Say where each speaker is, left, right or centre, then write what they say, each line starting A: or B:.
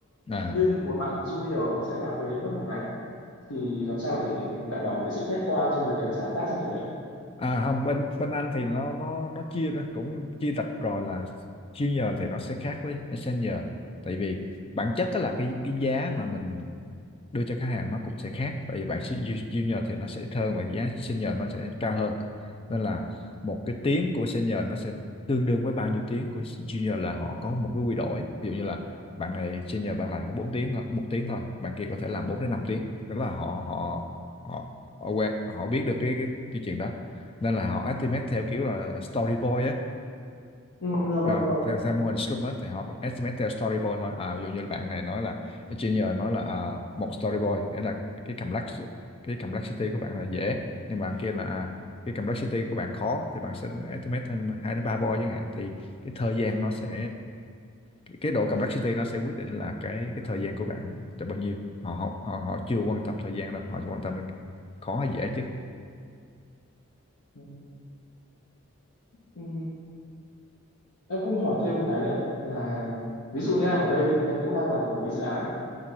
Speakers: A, on the left; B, on the left.
A: À
B: nhưng một bạn junior sẽ làm cái đấy mất một ngày thì làm sao để mình đảm bảo được cái sự khách quan trong việc đánh giá task như thế ạ?
A: À không bên bên anh thì nó nó nó chia ra cũng chia rạch rồi là junior thì nó sẽ khác với senior tại vì bản chất đó là cái cái giá mà mình đưa cho khách hàng nó cũng sẽ khác tại vì bản ju- junior thì nó sẽ ít hơn và giá senior nó sẽ cao hơn nên là một cái tiếng của senior nó sẽ tương đương với bao nhiêu tiếng của junior là họ có một cái quy đổi ví dụ như là bạn này senior bạn làm có 4 tiếng thôi một tiếng thôi bạn kia có thể làm 4 đến 5 tiếng tức là họ họ họ họ quen họ biết được cái cái, cái chuyện đó nên là họ estimate theo kiểu là storyboard á
B: Ừ, dạ vâng
A: Ờ,
B: vâng.
A: theo, theo mô hình Scrum á thì họ estimate theo storyboard thôi à, ví dụ như bạn này nói là junior nói là à, một storyboard nghĩa là cái complex cái complexity của bạn là dễ nhưng bạn kia là à, cái complexity của bạn khó thì bạn sẽ estimate thêm hai đến ba boy chẳng hạn thì cái thời gian nó sẽ cái, cái độ complexity nó sẽ quyết định là cái cái thời gian của bạn là bao nhiêu họ họ họ, họ chưa quan tâm thời gian đâu họ chỉ quan tâm là khó hay dễ chứ
B: Ừ, ừ, em cũng hỏi thêm một cái nữa là ví dụ như em ở đây đi, em cũng đang làm quản lý dự án